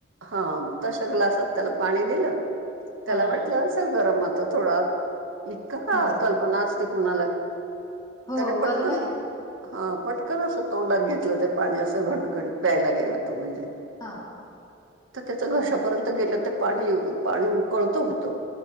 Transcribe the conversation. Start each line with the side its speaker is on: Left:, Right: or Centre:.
Right: हा तशा ग्लासात त्याला पाणी दिलं त्याला
Left: हा
Right: वाटलं असेल गरम आता थोडा इतकं का
Left: हा
Right: कल्पना असते कुणाला?
Left: हो
Right: त्याने
Left: बरोबर
Right: पटकन
Left: आहे
Right: हा पटकन कण असं तोंडात घेतलं ते पाणी असं घटघट प्यायला गेला तो म्हणजे
Left: हा.
Right: त त्याच्या घशापर्यंत गेलं ते पाणी पाणी उकळत होतं.